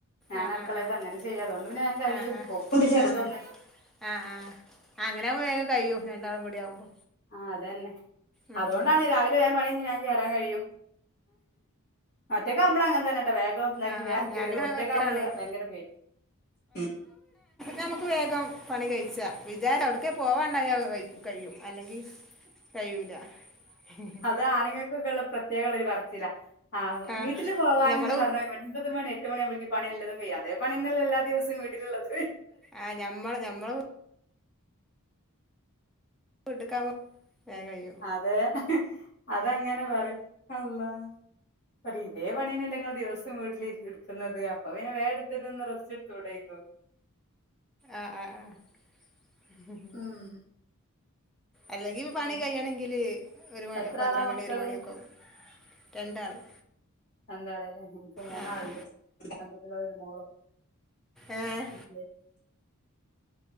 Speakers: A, on the left; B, in the centre.
A: ഞാനടുക്കളത്തെ
B: ആഹ് ആഹ്
A: അങ്ങനെ ചെയ്യ അതുകൊണ്ട് പിന്നെ
B: ആഹ്
A: വേം കയ്യ്യും
B: ആഹ്
A: ഓക്കുണ്ട് ചെറുതൊന്നു
B: ആഹ് ആഹ് ആഹ് ആഹ് ആഹ് അങ്ങനെയാകുമ്പോ വേഗം കഴിയും രണ്ടാളും കൂടി ആവുമ്പോ
A: ആഹ് അതന്നെ
B: ഉം
A: അതുകൊണ്ടാണ്
B: ഉം
A: രാവി പണി കയിഞ്ഞു വേം കേയറാൻ കഴിയും ഒറ്റക്കാകുമ്പോളങ്ങനെതന്നെ വേഗം ഉണ്ടാക്കി
B: ആഹ്
A: വേഗം
B: ആഹ് ഞാന്
A: കേറും ഒറ്റക്കാകുമ്പോള്
B: ഒറ്റക്കാണ്
A: ഭയങ്കര പേടി മ്മ്
B: നമുക്ക് വേഗം പണി കയിച്ച വിചാര എവിടക്കെ പോവാണ്ടായക്കെ കയ് കയ്യും അല്ലെങ്കി കയ്യൂല <unintelligible>
A: ഇതാണുങ്ങൾക്കൊക്കെയുള്ള പ്രത്യേകംള്ളൊരു പറിച്ചില
B: ആ
A: വീട്ടില് പോവാനന്ന്
B: നമ്മളെ
A: പറഞെരുത്
B: വീ-
A: ഒൻപത് മണി എട്ട് മണിയാമ്പഴേക്ക് പണിയല്ലതും കയും അതേ പണിന്നല്ലേ എല്ലാ ദിവസം വീട്ടിലള്ളത്
B: ആഹ് ഞമ്മള് ഞമ്മള ടുക്കാമ്പോ വേം കഴിയും
A: അതെ അതങ്ങനെ പറിം അള്ളാ പറിം ഇതേ പണീനല്ലെങ്ങോ ദിവസം വീട്ടിൽ എടുക്കുന്നത് അപ്പൊ പിനെ വേറെ എടുത്തിട്ട്ന്ന് റസ്റ്റ് എടുത്തേടേക്കോ
B: ആഹ് ആഹ് ആഹ് <unintelligible>
A: ഉം
B: അല്ലെങ്കില്
A: പിന്നെ
B: പണി കയ്യണെങ്കില് ഒരു മി
A: എത്ര
B: പന്ത്രണ്ടണി
A: ആളാ മക്കള്
B: ഒരു മണിയൊക്കെ ആകും രണ്ടാള്
A: രണ്ടാളല്ലേ എനിക്ക് മൂന്നാളുണ്ട്
B: ആ ആ
A: രണ്ടാൺകുട്ടികളും ഒരു മോളും
B: ആഹ്
A: <unintelligible>